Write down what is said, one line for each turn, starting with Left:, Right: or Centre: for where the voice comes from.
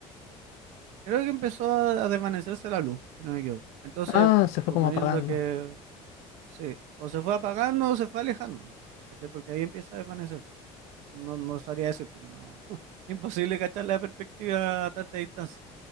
Right: Creo que empezó a, a desvanecerse la luz, si no me equivoco. Entonces,
Left: Ah, se fue
Right: suponiendo
Left: como apagando.
Right: que sí, o se fue apagando o se fue alejando, ¿cachai? Porque ahí empieza a desvanecerse. No, no sabría decir, porque no. <laughs> Imposible cachar la perspectiva a tanta distancia.